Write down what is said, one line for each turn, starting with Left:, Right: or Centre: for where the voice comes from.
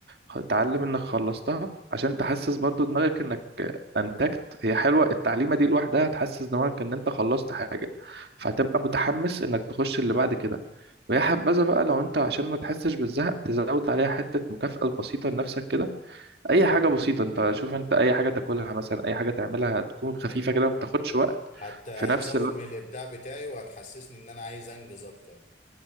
Right: خ- اتعلم انك خلصتها عشان تحسس برضو دماغك انك انتجت هي حلوة التعليمة دي لوحدها هتحسس دماغك ان انت خلصت حاجة فهتبقى متحمس انك تخش اللي بعد كده ويا حبذا بقى لو انت عشان ما تحسش بالزهق تزود عليها حتة مكافأة بسيطة لنفسك كده اي
Left: فهمتك
Right: حاجة بسيطة انت شوف انت اي حاجة تاكلها مثلا اي حاجة تعملها تكون خفيفة
Left: ايوه
Right: كده ما بتاخدش وقت
Left: حتى هتزود
Right: في نفس الوقت
Left: من الابداع بتاعي وهتحسسني ان انا عايز انجز اكتر